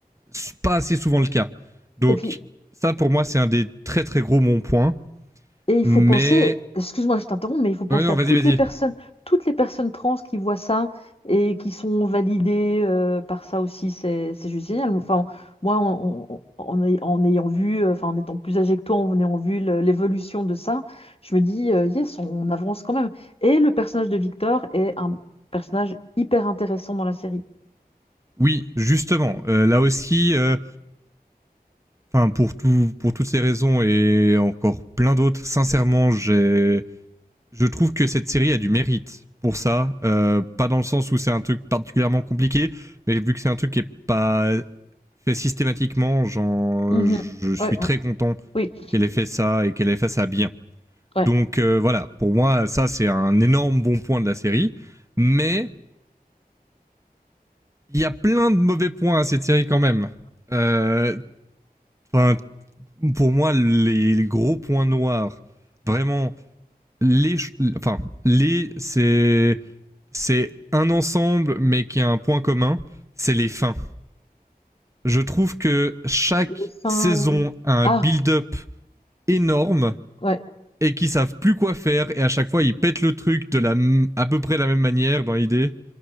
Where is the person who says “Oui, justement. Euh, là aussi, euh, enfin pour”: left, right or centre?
Right